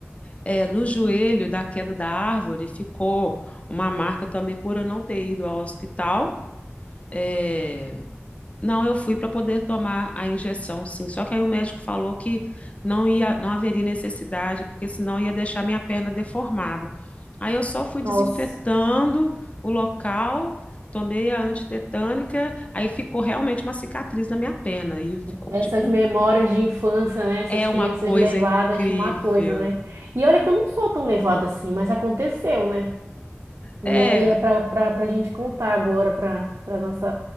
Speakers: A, on the left (about 30°); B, on the right (about 80°).
A: é, no joelho da queda da árvore ficou uma marca também por eu não ter ido ao hospital. É, Não, eu fui para poder tomar a injeção, sim. Só que aí o médico falou que não ia, não haveria necessidade, porque senão ia deixar minha perna deformada. Aí eu só fui desinfetando
B: Nossa,
A: o local, tomei a antitetânica, aí ficou realmente uma cicatriz na minha perna e ficou
B: essas
A: tipo um-
B: memórias de infância, né? Essas
A: é
B: crianças
A: uma coisa
B: levadas,
A: incrível.
B: uma coisa, né? E olha que eu não sou tão levada assim, mas aconteceu, né? E
A: É,
B: aí é para para gente contar agora para para nossa